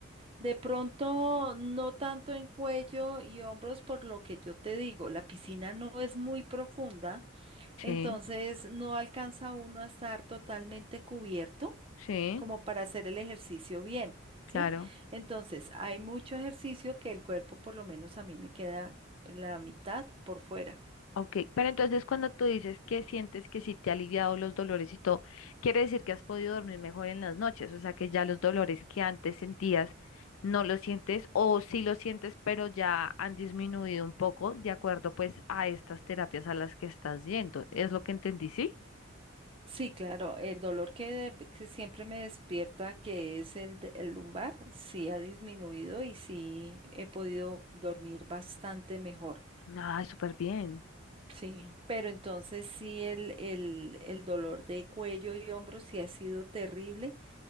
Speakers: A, on the right; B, on the left.
A: De pronto, no tanto en cuello y hombros, por lo que yo te digo, la piscina no es muy profunda,
B: sí,
A: entonces no alcanza uno a estar totalmente cubierto
B: sí,
A: como para hacer el ejercicio bien,
B: claro.
A: ¿sí? Entonces, hay mucho ejercicio que el cuerpo, por lo menos a mí me queda la mitad por fuera.
B: Ok, pero entonces cuando tú dices que sientes que sí te ha aliviado los dolores y todo, quiere decir que has podido dormir mejor en las noches, o sea que ya los dolores que antes sentías no los sientes o sí los sientes, pero ya han disminuido un poco de acuerdo pues a estas terapias a las que estás yendo. ¿Es lo que entendí, sí?
A: Sí, claro, el dolor que, que siempre me despierta, que es el, de- el lumbar, sí ha disminuido y sí he podido dormir bastante mejor.
B: Ah, súper bien.
A: Sí, pero entonces sí el, el, el dolor de cuello y hombros sí ha sido terrible,